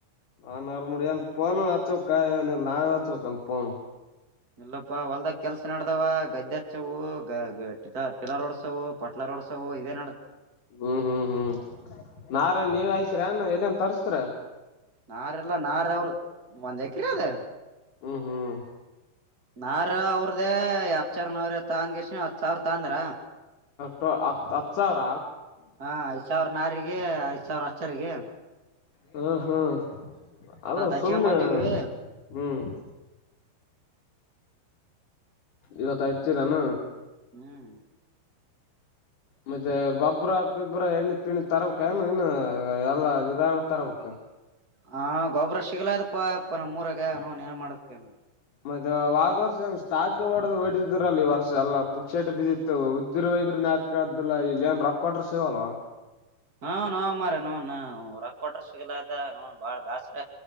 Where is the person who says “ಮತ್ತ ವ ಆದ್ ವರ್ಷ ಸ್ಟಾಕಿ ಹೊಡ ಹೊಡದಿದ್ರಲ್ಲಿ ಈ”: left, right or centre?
Left